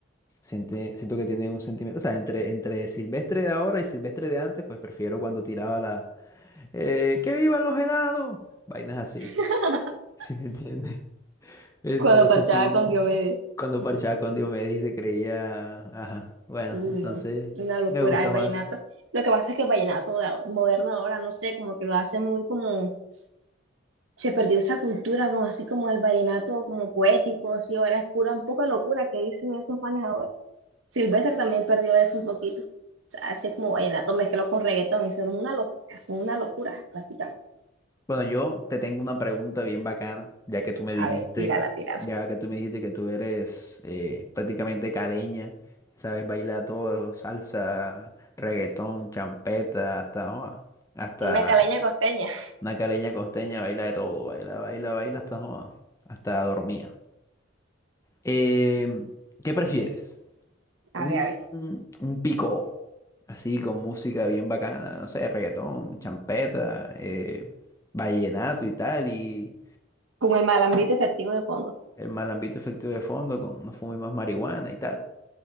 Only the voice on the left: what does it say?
Siente- siento que tiene un sentimiento, o sea, entre, entre Silvestre de ahora y Silvestre de antes, pues prefiero cuando tiraba la... eh, ¡que vivan los helados! Vainas así,
<laughs> ¿sí me entiendes? <laughs> Entonces,
sí, mm,
cuando parchaba con Diomedes y se creía... Ajá, bueno,
entonces
me gusta
más.
Bueno, yo te tengo una pregunta bien bacana, ya que tú me dijiste,
ya que tú me dijiste que tú eres eh, prácticamente caleña, sabes bailar todo, salsa, reggaetón, champeta, hasta joa, hasta
una caleña costeña baila de todo, baila, baila, baila hasta joa, hasta dormía. Eh, ¿qué prefieres?
Un,
un picó, así con música bien bacana, no sé, reggaetón, champeta, eh, vallenato y tal, y
el mal ambiente efectivo de fondo con no fumes más marihuana y tal.